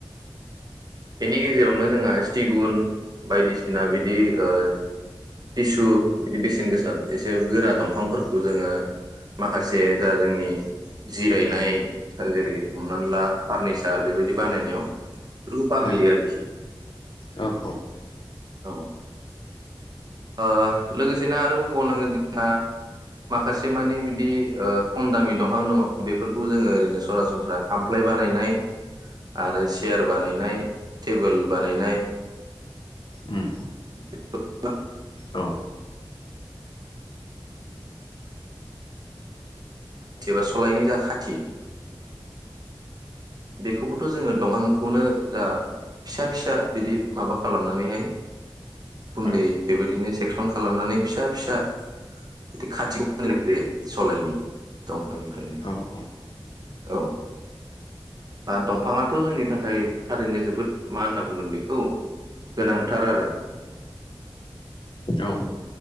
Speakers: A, on the right (about 45°); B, on the left (about 65°).
A: बेनि गेजेरावनो जोंहा सिगुन बायदिसिना बिदि ओ सिसु बिदि बेसेन गोसा एसे गोरा दंफांफोरखौ जोङो माखासे जा जोंनि जिरायनाय जेरै हमनानै ला फारनिचार बेबायदि बानायनायाव बेफोरखौ बाहायो
B: उम
A: आरोखि
B: औ औ
A: औ ओ लोगोसेनो आरो बुंबावनांगोन जोंहा माखासे मानि बिदि ओ खम दामि दंफां दङ बेफोरखौ जोङो ओरैनो सरासनस्रा खामफ्लाय बानायनाय आरो चियार बानायनाय टेबोल बानायनाय।
B: उम
A: बेफोरखौ।
B: औ
A: एबा सलायनि जा खाथि। बेखौबोथ जोङो दंफांखौनो जा फिसा-फिसा बिदि माबा खालामनानैहाय
B: औ
A: गुन्दै बेबायदिनो सेक्सन खालामनानै फिसा-फिसा बिदि खाथि खालामनाय जायो सलायनि दंफांनिफ्रायनो
B: औ औ
A: औ। दंफाङाथ जोंनि थाखाय थारैनो जोबोद मा होनना बुंगोन बेखौ गोनांथार आरो
B: औ